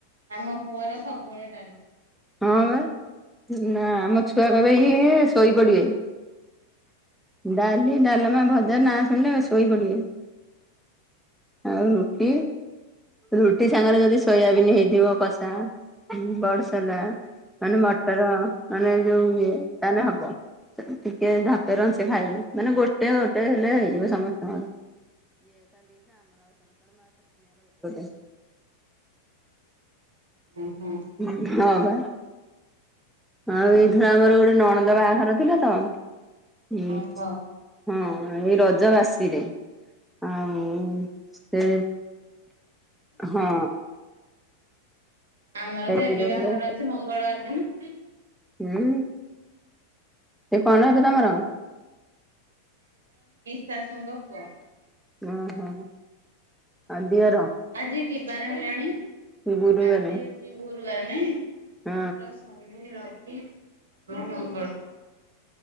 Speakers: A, on the right (about 65°); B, in the centre.
A: ଆମ ପୁଅର ସବୁବେଳେ ଡାଲମା
B: ହଁ ବା ନା ଆମ ଛୁଆ କବେ ହି ଶୋଇପଡିବେ। ଡାଲି ଡାଲମା ଭଜା ନା ଶୁଣିଲେ ଶୋଇ ପଡିବେ। ଆଉ ରୁଟି ରୁଟି ସାଙ୍ଗରେ ଯଦି ସୋୟାବିନ୍ ହେଇଥିବ କଷା ବର୍ଷ ଲା ମାନେ ମଟର ମାନେ ଯୋଉ ଇଏ ତାାନେ ହବ। ଟିକେ ଧାପେ ର ସେ ଖାଇବେ ମାନେ ଗୋଟେ ଗୋଟେ ହେଲେ ହେଇଯିବ ସମସ୍ତଙ୍କର। <unintelligible>
A: ହୁଁ ହୁଁ।
B: ହଁ ବା ଆଉ ଏଇଥର ଆମର ଗୋଟେ ନଣନ୍ଦ ବାହାଘର ଥିଲା ତ ହୁଁ
A: ହଉ
B: ହଁ। ଏଇ ରଜ ବାସିରେ ଆଉ ସେ ହଁ।
A: ଆମର
B: ସେଇଥିରେ
A: ତ ଏବେ ବାହାଘର
B: ପୁରା
A: ଅଛି ମଙ୍ଗଳବାର ଦିନ।
B: ହୁଁ ସେ କଣ ହେବେ ତମର?
A: ଶାଶୂଙ୍କ ପୁଅ।
B: ଓହୋ ଆଉ ଦିଅର
A: ଆଜି କିିବାର ହେଲାଣି
B: ଗୁରୁବାରେ
A: ଆଜିଛି ଭୋରୁ ନ ଶୁକ୍ର
B: ହଁ
A: ଶନି ରବି ସୋନ ମଙ୍ଗଳ